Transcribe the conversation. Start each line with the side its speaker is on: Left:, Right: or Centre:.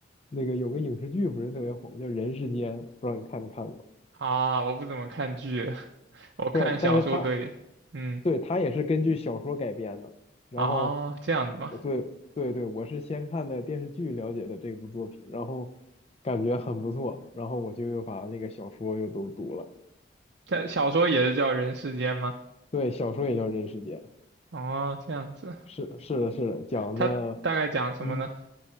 Left: 那个有个影视剧不是特别火吗？叫《人世间》，不知道你看没看过？
Right: 啊，我不怎么看剧，我看小说多一点。
Left: 不是，但是它
Right: 嗯，
Left: 对它也是根据小说改编的。然后，
Right: 啊，这样子吗？
Left: 呃对对对，我是先看的电视剧了解的这部作品，然后感觉很不错，然后我就又把那个小说又都读了。
Right: 这小说也是叫人世间吗？
Left: 对，小说也叫《人世间》。
Right: 哦，这样子，
Left: 是是的，是的，讲的，
Right: 它大概讲什么呢？
Left: 嗯，